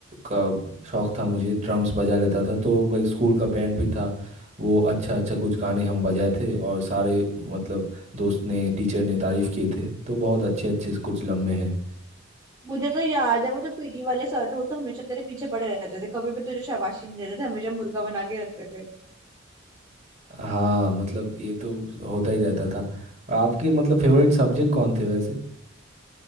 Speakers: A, on the right (about 35°); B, on the right (about 20°).
A: का शौक था मुझे ड्रम्स बजा लेता था तो वो एक स्कूल का बैंड भी था वो अच्छा अच्छा कुछ गाने हम बजाए थे और सारे मतलब दोस्त ने टीचर ने तारीफ किए थे तो बहुत अच्छे अच्छे कुछ लम्हे हैं
B: मुझे तो याद है वो जो पीटी वाले सर थे वो तो हमेशा तेरे पीछे पड़े रहते थे कभी भी तुझे शाबाशी नहीं देते थे हमेशा मुर्गा बना के रखते थे
A: हाँ मतलब ये तो होता ही रहता था और आपके मतलब फेवरेट सब्जेक्ट कौन थे वैसे